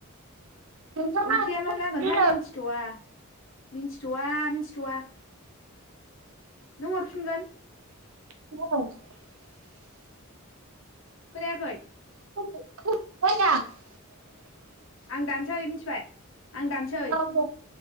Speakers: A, on the right (about 80°); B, on the left (about 65°).
A: नोंस्रा
B: ओंख्रिया
A: ओंख्रि
B: मा जागोनथाय
A: दिनै
B: मिन्थिथ'वा। मिन्थिथ'वा मिन्थिथ'वा। नों हरफिनगोन
A: <unintelligible>
B: खोनायाखै
A: <unintelligible>
B: आं दानसै मिन्थिबाय आं दानसै।
A: औ दे